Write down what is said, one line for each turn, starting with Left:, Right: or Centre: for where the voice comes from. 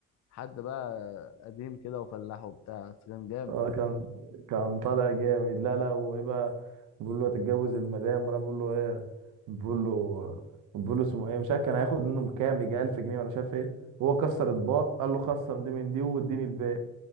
Left: حد بقى قديم كده وفلاح وبتاع بس كان جامد
Right: اه كان كان طالع جامد لا لا وايه بقى بقول له هتتجوز المدام راح بقول له ايه بقول له بقول له اسمه ايه مش عارف كان هياخد منهم كام يجي 1000 جنيه ولا مش عارف ايه هو كسر اطباق قال له خصم دي من دي واديني الباقي